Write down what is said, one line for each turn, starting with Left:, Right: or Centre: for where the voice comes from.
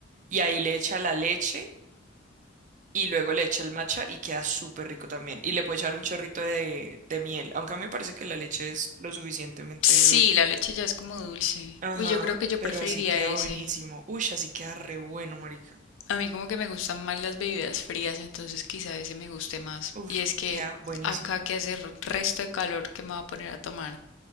Right: y ahí le echa la leche y luego le echa el matcha y queda súper rico también. Y le puede echar un chorrito de, de miel, aunque a mí me parece que la leche es lo suficientemente
Left: Sí,
Right: dulce.
Left: la leche ya es como dulce.
Right: Ajá,
Left: Uy, yo creo que yo
Right: pero
Left: preferiría
Right: así queda
Left: ese.
Right: buenísimo. Uy, así queda re bueno, marica.
Left: A mí como que me gustan más las bebidas frías, entonces quizá ese me guste más.
Right: Uf,
Left: Y es que
Right: queda buenísimo.
Left: acá que hace r- resto de calor que me va a poner a tomar